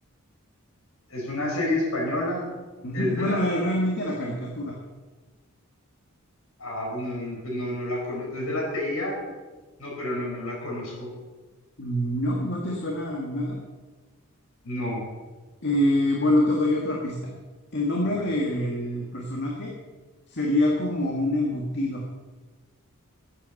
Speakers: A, on the left; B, on the left.
A: es una serie española,
B: Ujú.
A: es de
B: Bueno,
A: la,
B: es realmente la caricatura.
A: ah, no, no, pues no, no la conozco, es de la TIA, no, pero no, no la conozco.
B: No, no te suena nada.
A: No,
B: Eh, bueno, te doy otra pista. El nombre
A: a ver,
B: del personaje sería como un embutido.